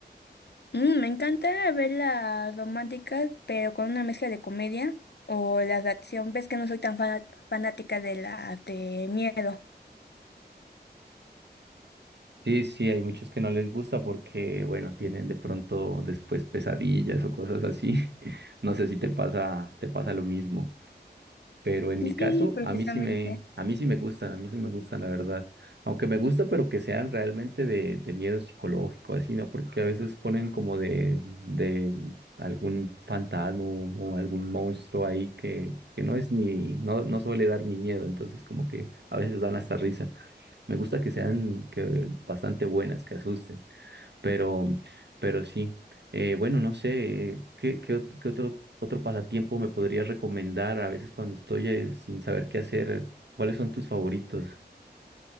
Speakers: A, on the left (about 75°); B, on the right (about 75°).
A: Mm, me encanta ver las románticas, pero con una mezcla de comedia o las de acción. Ves que no soy tan fana- fanática de las de miedo.
B: Sí, sí, hay muchos que no les gusta porque, bueno, tienen de pronto después pesadillas o cosas así. <laughs> No sé si te pasa, te pasa lo mismo. Pero en
A: Sí,
B: mi caso,
A: precisamente.
B: a mí sí me, a mí sí me gustan, a mí sí me gustan, la verdad. Aunque me gusta, pero que sean realmente de, de miedo psicológico, así, ¿no? Porque a veces ponen como de, de algún fantasma o algún monstruo ahí que, que no es ni, no, no suele dar ni miedo, entonces como que a veces dan hasta risa. Me gusta que sean que, bastante buenas, que asusten. Pero, pero sí, Eh, bueno, no sé, ¿qué, qué, ot- qué otro, otro pasatiempo me podrías recomendar a veces cuando estoy eh, sin saber qué hacer? ¿Cuáles son tus favoritos?